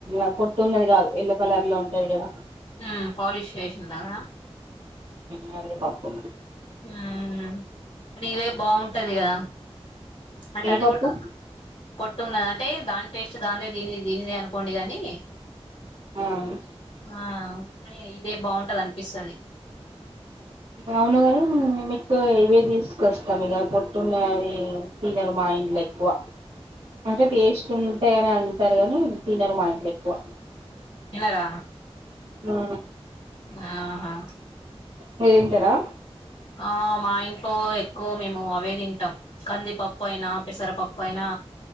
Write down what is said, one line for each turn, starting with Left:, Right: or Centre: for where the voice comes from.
Right: అ పొట్టు ఉన్నది కాదు ఎల్లో కలర్లో ఉంటది కదా
Left: మ్ ప్పాలిష్ చేసిన్నదా
Right: కందిపప్పు
Left: మ్ మరి ఇవే బాగుంటది కదా అంటే
Right: ఏ
Left: అది
Right: పప్పు
Left: కూడా పోట్టు ఉన్నది అంటే దాని టేస్ట్ దానిదే దీని దీనిదే అనుకోండి గాని
Right: ఆ
Left: ఆ కానీ ఇదే బాగుంటది అనిపిస్తది
Right: అవునుగానీ మీకు ఇవే తీసుకొస్తాం ఇగ పొట్టున్నవి తినరు మా ఇంట్ల ఎక్కువ అంటే టేస్ట్ ఉంటయనే అంటారు కానీ తినరు మా ఇంట్ల ఎక్కువ
Left: తినర
Right: ఆ
Left: ఆహా
Right: మీరు తింటారా
Left: ఆ మా ఇంట్లో ఎక్కువ మేము అవే తింటాం కందిపప్పు అయినా పెసరపప్పు అయినా